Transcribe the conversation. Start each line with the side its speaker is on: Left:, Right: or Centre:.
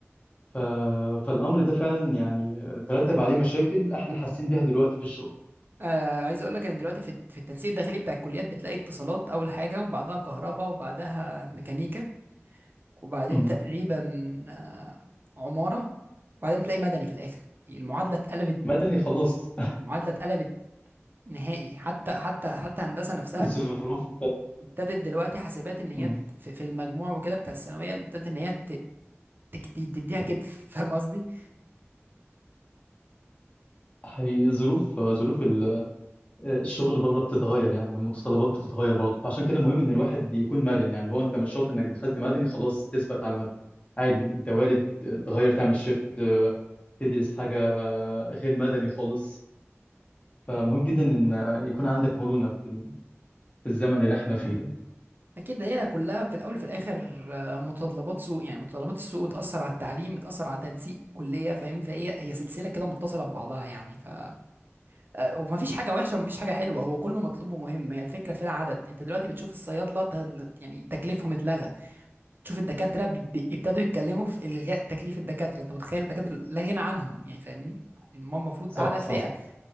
Left: ف... فالامر ده فعلا يعني ترتب عليه مشاكل احنا حاسين بيها دلوقتي في الشغل
Right: آه عايز اقول لك ان دلوقتي في في التنسيق الداخلي بتاع الكليات بتلاقي اتصالات اول حاجه وبعدها كهرباء وبعدها ميكانيكا وبعدين
Left: امم
Right: تقريبا آه عماره وبعدين بتلاقي مدني في الاخر المعادله اتقلبت
Left: مدني خلاص
Right: المعادله اتقلبت نهائي حتى حتى حتى هندسه نفسها
Left: <laughs> الظروف
Right: ابتدت دلوقتي حاسبات ان هي
Left: امم
Right: ت- في في المجموع وكده بتاع الثانويه ابتدت ان هي ت- تك- ت- تديها كتف <laughs> فاهم قصدي؟
Left: حقيقي ظروف ظروف الشغل بره بتتغير يعني والمتطلبات بتتغير برضه فعشان كده مهم ان الواحد يكون مرن يعني اللي هو انت مش شرط انك دخلت مدني خلاص تثبت على مدني عادي انت وارد تغير تعمل شيفت تدرس حاجة غير مدني خالص فمهم جدا ان يكون عندك مرونة في في الزمن اللي احنا فيه ده
Right: اكيد هي كلها في الاول وفي الاخر آه، متطلبات سوق يعني متطلبات السوق بتاثر على التعليم بتاثر على تنسيق كليه فاهم فهي هي سلسله كده متصله ببعضها يعني ف آه، ومفيش حاجه وحشه ومفيش حاجه حلوه هو كله مطلوب ومهم هي الفكره في العدد انت دلوقتي بتشوف الصيادله ت- يعني تكليفهم اتلغى تشوف الدكاترة بي- بي- ابتدوا يتكلموا في إلغاء تكليف الدكاترة أنت متخيل الدكاترة لا غنى عنهم يعني فاهمني يعني هم المفروض
Left: صح
Right: أعلى
Left: صح
Right: فئة